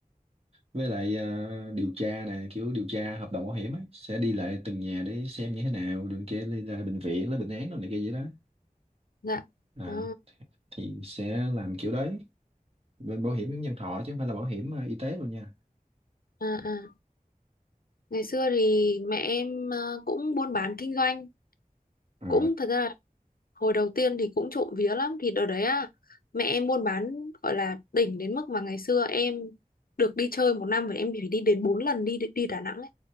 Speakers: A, on the right (about 40°); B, on the left (about 80°).
A: với lại à, điều tra nè kiểu điều tra hợp đồng bảo hiểm á sẽ đi lại từng nhà để xem như thế nào rồi kia đi ra bệnh viện lấy bệnh án rồi này kia vậy đó
B: Dạ.
A: à,
B: À,
A: thì sẽ làm kiểu đấy bên bảo hiểm nhân thọ chứ không phải là bảo hiểm à, y tế luôn nha
B: à, à. Ngày xưa thì mẹ em ờ, cũng buôn bán kinh doanh,
A: à,
B: cũng thật ra là hồi đầu tiên thì cũng trộm vía lắm thì đợt đấy à, mẹ em buôn bán gọi là đỉnh đến mức mà ngày xưa em được đi chơi một năm phải em phải đi đến 4 lần đi đi Đà Nẵng ấy.